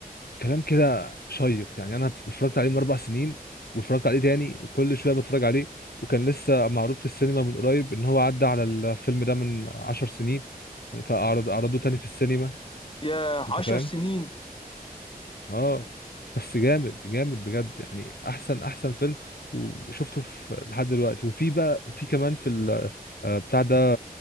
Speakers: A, on the left; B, on the left.
A: كلام كده شيق يعني انا اتفرجت عليه من اربع سنين واتفرجت عليه تاني وكل شويه بتفرج عليه وكان لسه معروض في السينما من قريب ان هو عدى على الفيلم ده من عشر سنين فاعرض عرضوه تاني في السينما
B: يا
A: انت
B: عشر
A: فاهم
B: سنين
A: اه بس جامد جامد بجد يعني احسن احسن فيلم وشفته في لحد دلوقتي وفي بقى في كمان في ال- آه، بتاع ده